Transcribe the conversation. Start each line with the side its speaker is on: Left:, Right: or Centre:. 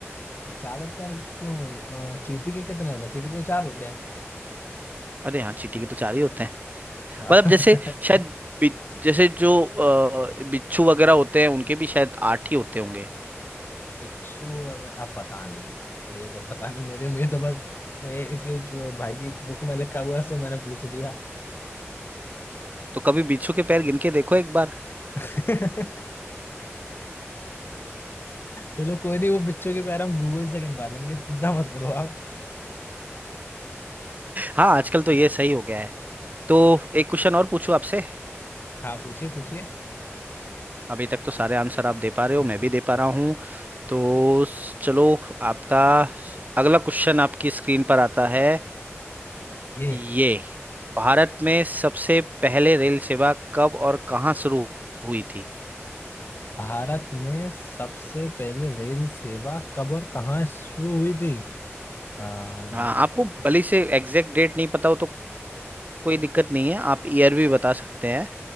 Left: ज्यादातर क्यों अ, चींटी के कितने होते हैं चींटी के तो चार होते हैं
Right: अरे हाँ चींटी के तो चार ही होते हैं
Left: हाँ।
Right: मतलब जैसे
Left: <laughs>
Right: शायद बि- जैसे जो अ, बिच्छू वगैरह होते हैं उनके भी शायद आठ ही होते होंगे
Left: बिच्छू अगर आप पता नहीं ये तो पता नहीं मुझे मैं तो बस मैं इसके जो भाई की बुक में लिखा हुआ है सो मैंने पूछ लिया
Right: तो कभी बिच्छू के पैर गिन के देखो एक बार
Left: <laughs> चलो कोई नहीं वो बच्चों के पैर हम गूगल से गिनवा लेंगे चिंता मत करो आप
Right: हाँ आजकल तो ये सही हो गया है तो एक क्वेश्चन और पूछूं आपसे
Left: हाँ पूछिए पूछिए
Right: अभी तक तो सारे आंसर आप दे पा रहे हो मैं भी दे पा रहा हूँ तो स- चलो आपका स- अगला क्वेश्चन आपकी स्क्रीन पर आता है
Left: ये
Right: ये भारत में सबसे पहले रेल सेवा कब और कहाँ शुरू हुई थी
Left: भारत में सबसे पहले रेल सेवा कब और कहाँ शुरू हुई थी आ,
Right: हाँ आपको
Left: इस,
Right: भले से एग्जैक्ट डेट नहीं पता हो तो कोई दिक्कत नहीं है आप ईयर भी बता सकते हैं